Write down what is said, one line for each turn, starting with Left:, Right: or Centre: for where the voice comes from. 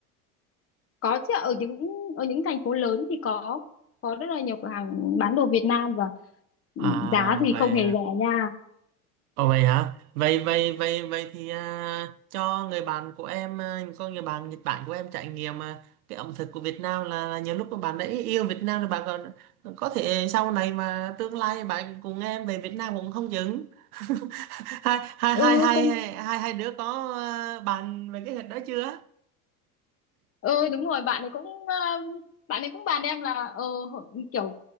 Left: có chứ ở những ở những thành phố lớn thì có có rất là nhiều cửa hàng bán đồ Việt Nam và
Right: à
Left: giá thì
Right: vậy
Left: không hề rẻ nha
Right: Ồ vậy hả? Vậy vậy vậy vậy thì à, cho người bạn của em, à, có người bạn Nhật Bản của em trải nghiệm à, cái ẩm thực của Việt Nam là, là nhiều lúc mà bạn đã yêu Việt Nam rồi bạn còn có thể sau này mà tương lai bạn cùng em về Việt Nam cũng không chừng. <laughs> Hai hai
Left: ừ
Right: hai hai
Left: cũng
Right: hai hai đứa có à, bàn về cái hình đó chưa?
Left: ừ đúng rồi bạn ấy cũng ờ, bạn ấy cũng bàn em là ờ, hổ- kiểu